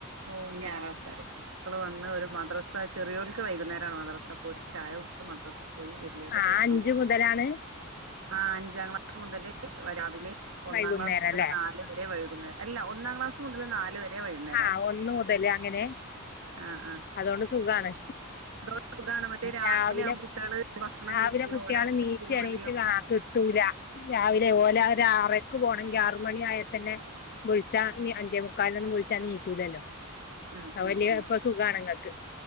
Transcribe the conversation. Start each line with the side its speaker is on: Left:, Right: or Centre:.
Right: ഓഹ് ഇഞ്ഞ് ആറാൾക്കാര് മക്കള് വന്ന് ഒരു മദ്രസ ചെറിയോൽക്ക് വൈകുന്നേരമാണ് മദ്രസ പോല് ചായ ക കൊടുത്ത് മദ്രസ് പോയി വല്യോൽതാ
Left: ആ
Right: ഇവിടെണ്ട്.
Left: അഞ്ചു മുതലാണ്
Right: ആ അഞ്ചാം ക്ലാസ് മുതൽ രാവിലെ ഒന്നാം
Left: വൈകുന്നേരം
Right: ക്ലാസ് മുതൽ
Left: അല്ലെ
Right: നാല് വരെ വൈകുന്നേരം. അല്ല ഒന്നാം ക്ലാസ് മുതൽ നാല് വരെ വൈകുന്നേരം
Left: ആഹ് ഒന്ന് മുതല് അങ്ങനെ
Right: ആഹ് ആഹ്
Left: അതുകൊണ്ട് സുഖാണ്.
Right: അതോണ്ട് സുഖാണ് മറ്റേ
Left: രാവിലെ
Right: ആവുമ്പോ കുട്ട്യാള് ഭക്ഷണം
Left: രാവിലെ
Right: കഴിക്കൂല
Left: കുട്ടികള്
Right: ഓലെ കരച്ചിലും
Left: നീച്ചി എണീച്ച്
Right: വിളിയും
Left: കിട്ടൂല. ര രാവിലെ
Right: ഉം
Left: ഓലെ ഒരു ആറര ക്ക് പോണെങ്കി ആറു മണി ആയാ തന്നെ വിൾച്ചാ ഇഞ്ഞി അഞ്ചേ മുക്കാലിനൊന്നും വിളിച്ചാ നീച്ചൂല്ലോ
Right: ഉം
Left: ആ
Right: ഉം
Left: വലിയ
Right: ഉം
Left: പ്പൊ സുഖണ്ങ്ങൾക്ക്